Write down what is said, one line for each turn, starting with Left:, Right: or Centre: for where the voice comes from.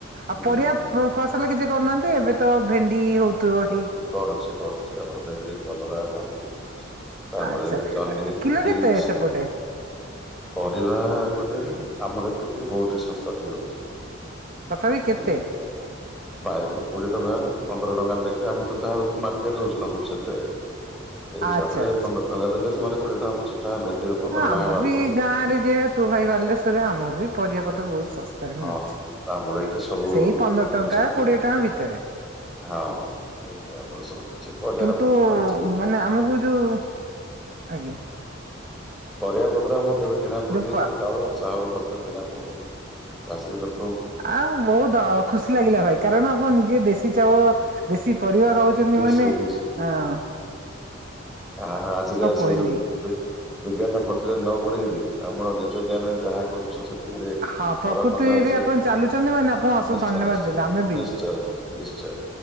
Right: ଆଉ
Centre: ହୁଁ
Right: ପରିବା ଫସଲ କିଛି କରୁନାହାନ୍ତି ଏବେ ତ ଭେଣ୍ଡି ହଉଥିବ ହେଇ
Centre: କରୁଚି କରୁଚି ଆମର ଭେଣ୍ଡି, କଲରା, କାକୁଡି। ତାପରେ
Right: ଆଚ୍ଛା
Centre: ଜହ୍ନି,
Right: କିଲୋ କେତେ
Centre: ବିନ୍ସ।
Right: ସେପଟେ
Centre: ପରିବା ଏପଟେ ଆମର ଏପଟେ ବହୁତ ସସ୍ତା ଥିବ।
Right: ତଥାପି କେତେ
Centre: ବୁଝିଲେ ବାଇଗଣ କୋଡିଏ ଟଙ୍କା ପନ୍ଦର ଟଙ୍କା ଲାଖେ ଆମେ ତ ଯାହା ହଉଚି ମାର୍କେଟ ରେ ଦଉଚୁ ନା ହୋଲସଲରେ। ସେଇ ହିସାବ
Right: ଆଚ୍ଛା
Centre: ରେ
Right: ଆଚ୍ଛା।
Centre: ପନ୍ଦର ଟଙ୍କା ଦେଲେ ସେମାନେ କୋଡିଏ ଟଙ୍କା ପଚିଶ ଟଙ୍କା <unintelligible>
Right: ହଁ ଆମର
Centre: ବାର
Right: ବି
Centre: ଟଙ୍କା
Right: ଗାଁ ରେ ଯେହେତୁ ଭାଇ ବାଲେଶ୍ଵରେ ଆମର ବି ପରିବା ପତ୍ର ବହୁତ ଶସ୍ତାରେ
Centre: ହଁ
Right: ମିଳୁଛି।
Centre: ଆମର ଏଇଟା ସବୁ
Right: ସେଇ ପନ୍ଦର
Centre: ଜିନିଷ
Right: ଟଙ୍କା
Centre: ଦିଏ
Right: କୋଡିଏ ଟଙ୍କା ଭିତରେ।
Centre: ହଁ। ଏଇଟା ଆମର ସବୁ ଅଛି ପରିବା
Right: କିନ୍ତୁ
Centre: ପତ୍ର ଅଛି
Right: ମାନେ ଆମକୁ ଯୋଉ ଆଜ୍ଞା।
Centre: ପରିବା ପତ୍ର ଆମକୁ କେବେ କିଣା ପଡୁନି
Right: ଯୋଉ ଫା
Centre: କି ଚାଉଳ ଚାଉଳ ପତ୍ର କିଣା ପଡୁନି। ଚାଷୀ ଲୋକ୍
Right: ଆଉ ବହୁତ ଅ ଖୁସି ଲାଗିଲା ଭାଇ କାରଣ ଆପଣ ନିଜେ ଦେଶୀ ଚାଉଳ ଦେଶୀ ପରିବା ଖାଉଚନ୍ତି
Centre: ନିଶ୍ଚୟ
Right: ମାନେ
Centre: ନିଶ୍ଚୟ।
Right: ଆଁ
Centre: ଆ ଆଜିକା ସେ
Right: କହିବି
Centre: ଯୋଉ ବିଜ୍ଞାନ ପଛରେ ନ ଗୁଡେଇକିରି ଆମର ନିଜ ଜ୍ଞାନରେ ଯାହା କରୁଚୁ ସେତିକିରେ
Right: ହଁ ପ୍ରକୃତିରେ
Centre: ଘର ଖଣ୍ଡେ ଅଛି
Right: ଆପଣ ଚାଲୁଛନ୍ତି ମାନେ ଆପଣ ଅଶେଷ
Centre: ନିଶ୍ଚୟ
Right: ଧନ୍ୟବାଦ
Centre: ନିଶ୍ଚୟ
Right: ଦେଲେ ଆମେ ବି
Centre: ନିଶ୍ଚୟ ନି ନିଶ୍ଚୟ।